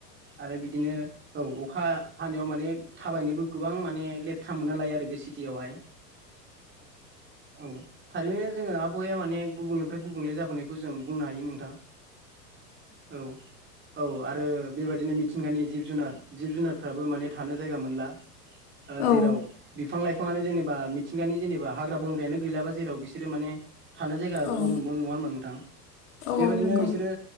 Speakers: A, on the right (about 25°); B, on the left (about 60°).
A: आरो बिदिनो औ अखा हानायाव माने थाबायनोबो माने गोबां माने लेथ्रा मोनना लायो आरो बे सिटियावहाय औ थारैनो जोङो आबहावाया माने गुबुंनिफ्राय गुबुंले जाबोनायखौ जों बुंनो हायो नोंथां औ औ आरो बेबायदिनो मिथिंगानि जिब जुनार जिब जुनार बो माने थानो जायगा मोनला ओ
B: औ
A: जेराव बिफां लाइफाङानो जेनेबा मिथिंगानि जेनेबा हाग्रा बंग्रायानो गैलाबा जेराव बिसोरो माने थानाय जायगा
B: औ
A: अबाव मोनबावनो नङा होनोमबा नोंथां
B: औ
A: बेबायदिनो
B: औ नंगौ
A: बिसोरो